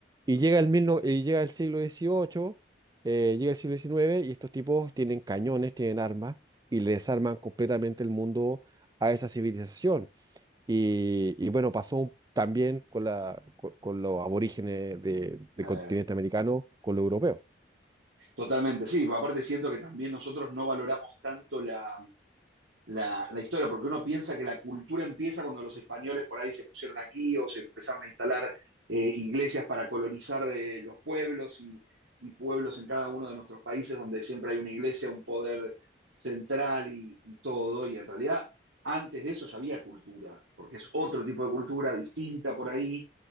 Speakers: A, on the right (about 20°); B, on the right (about 80°).
A: y llega el mil no- y llega el siglo dieciocho eh, llega el siglo diecinueve y estos tipos tienen cañones, tienen armas y le desarman completamente el mundo a esa civilización. Y, y bueno, pasó un- también con, la, co- con, los aborígenes de- del
B: ¿eh?
A: continente
B: Eh,
A: americano, con los europeos.
B: totalmente, sí, aparte siento que también nosotros no valoramos tanto la, la, la, historia, porque uno piensa que la cultura empieza cuando los españoles por ahí se pusieron aquí o se empezaron a instalar eh, iglesias para colonizar eh, los pueblos y, y, pueblos en cada uno de nuestros países donde siempre hay una iglesia, un poder central y, y todo, y en realidad antes de eso ya había cultura, porque es otro tipo de cultura distinta por ahí,